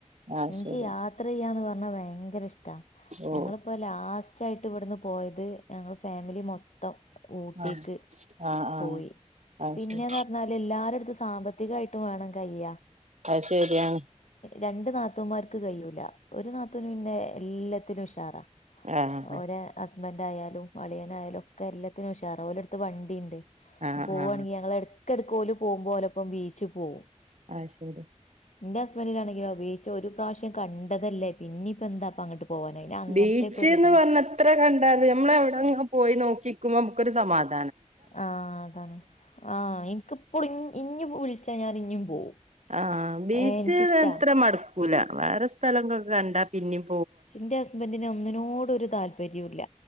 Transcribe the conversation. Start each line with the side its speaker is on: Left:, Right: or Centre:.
Right: ആഹ്
Left: എനിക്ക്
Right: ശരി
Left: യാത്ര ചെയ്യാൻ പ ണ ഭയങ്കര ഇഷ് ട്ട
Right: ഓ
Left: ഞങ്ങൾ ഇപ്പോ ലാസ്റ്റ് ച്ചായിട്ട് ഇവിടുന്ന് പോയത് ഞങ്ങൾ ഫാമിലി മൊത്തം ഊട്ടിക്ക്
Right: ആഹ് ആഹ് ആഹ്
Left: പോയി
Right: അത്
Left: പിന്നെ
Right: ശരി
Left: എല്ലാരടുത്തും സാമ്പത്തികയിട്ടും വേണം കഴിയാ
Right: അത് ശരിയാണ്
Left: രണ്ടു നാത്തൂന്മാർക്ക് കഴിയുല്ല. ഒരു നാത്തൂന് പിന്നെ എല്ലത്തിനും ഉഷാറാ
Right: ആഹ്
Left: ഓരേ ഹസ് ബെന്റായാലും അളിയനായാലും, ഒക്കെ എല്ലത്തിനും ഉഷാറാ ഓലെടത്ത് വണ്ടിണ്ട്
Right: ആഹ്
Left: പോവണെങ്കി
Right: ആഹ്
Left: ഞങ്ങളെ അടു ടക്കെടക്ക് ഓല് പോവുമ്പൊ ഓലോപ്പം ബീച്ച് പോകും
Right: അത് ശെരി
Left: ന്റെ ഹസ്ബൻഡിനാണെങ്കിലോ ബീച്ച് ഒരു പ്രാവശ്യം കണ്ടതല്ലേ പിന്നിപ്പം എന്താ അപ്പൊ അങ്ങട്ട് പോവാന് അയിന് അങ്ങനത്തേക്കെ
Right: ബീച്ച്ന്ന്
Left: ഒരിതാണ്
Right: പറഞ്ഞാ എത്ര കണ്ടാലും നമ്മൾ അവിടെ അങ്ങ് പോയി നോക്കി നിക്കുമ്പോ രു സമാധ
Left: ആ അതാണ് ആ ഇൻക്ക് ഇപ്പളും ഇന് വിളച്ചയിഞ്ഞ ഞാൻ ഇനിയും പോവും
Right: ആ ബീച്ച്
Left: ഏഹ് എനിക്കിഷ്ടാ
Right: അത്ര മടുക്കൂല വേറെ സ്ഥലങ്ങള് കണ്ടാൽ പിന്നിയും
Left: എന്റെ ഹസ്ബൻഡിന് ഒന്നിനോട് ഒരു താൽപര്യല്ല.